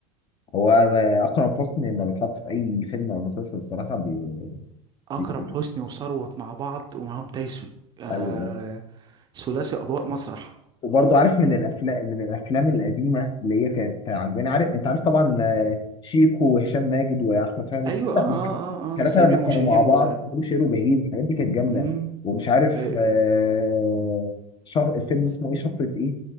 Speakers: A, on the left; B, on the right.
A: هو ما- اكرم حسني لما بيتحط في اي فيلم او مسلسل الصراحه بي...
B: اكرم
A: بي...
B: حسني وثروت مع بعض ومعاهم تايسون آه
A: ايوه
B: ثلاثي اضواء مسرح
A: وبرضه عارف من الافلام من الافلام القديمه اللي هي كانت عجباني عارف انت عارف طبعا آه، شيكو وهشام ماجد واحمد فهمي
B: ايوه اه اه
A: الثلاثه
B: اه, آه سمير
A: لما كانوا
B: وشهير
A: مع بعض
B: و
A: سمير شير وبهير الحاجات دي كانت جامده
B: مم.
A: ومش عارف
B: ايوه
A: آه، شف... الفيلم اسمه ايه شفرة ايه